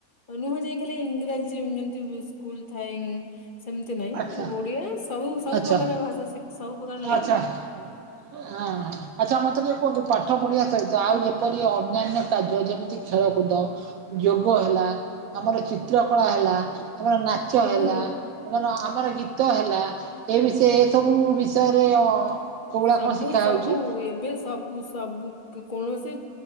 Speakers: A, on the left; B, on the right.
A: ନୁହଁ ଯାଇ ଖାଲି ଇଂରାଜୀ ଯେମତି ସ୍କୁଲ ଥାଏ। ସେମିତି ନାହିଁ
B: ଆଚ୍ଛା
A: ଓଡିଆ ସବୁ ସବୁ
B: ଆଚ୍ଛା
A: ପ୍ରକାର ଭାଷା ସିକ ସବୁ ପ୍ରକାର
B: ଆଚ୍ଛା। ହଁ ହଁ ଆଛା ମତେ କୁହନ୍ତୁ କୁହନ୍ତୁ ପାଠ ପଢିବା ସହିତ ଆଉ ଯେପରି ଅନ୍ୟାନ୍ୟ କାର୍ଯ୍ୟ ଯେମିତି ଖେଳକୁଦ ଯୋଗ। ହେଲା ଆମର ଚିତ୍ର କଳା ହେଲା ଆମର ନାଚ
A: ସବୁ
B: ହେଲା। ଆମର ଆମର ଗୀତ ହେଲା ଏ ବିଷୟ ଏ ସବୁ ବିଷୟରେ ଅ କୋଉଗୁଡା
A: ସବୁ
B: କଣ ଶିଖା
A: ସବୁ
B: ହଉଛି?
A: ଏବେ ସବୁ ସବୁ କୌଣସି